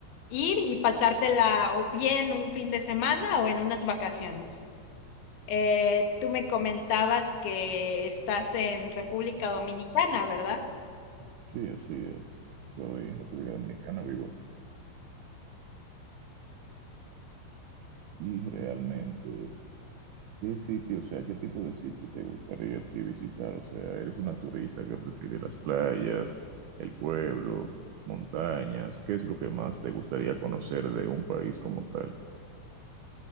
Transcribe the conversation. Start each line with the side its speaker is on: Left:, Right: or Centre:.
Left: ir y pasártela o bien un fin de semana o en unas vacaciones. Eh, tú me comentabas que estás en República Dominicana, ¿verdad?
Right: Sí, así es. Soy en República Dominicana, vivo aquí. Y realmente, ¿qué sitio, o sea, qué tipo de sitio te gustaría a ti visitar? O sea, ¿eres una turista que prefiere las playas, el pueblo, montañas? ¿Qué es lo que más te gustaría conocer de un país como tal?